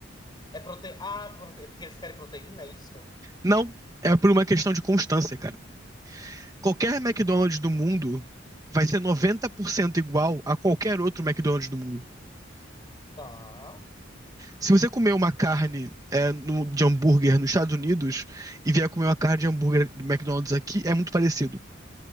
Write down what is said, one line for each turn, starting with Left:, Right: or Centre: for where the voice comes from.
Left: É prote... Ah, prote... é porque eles querem proteína, é isso?
Right: não. É por uma questão de constância, cara. Qualquer McDonald's
Left: Nossa.
Right: do mundo vai ser 90% igual a qualquer outro McDonald's do mundo.
Left: Tá.
Right: Se você comer uma carne é, no- de hambúrguer nos Estados Unidos e vier comer uma carne de hambúrguer do McDonald's aqui, é muito parecido.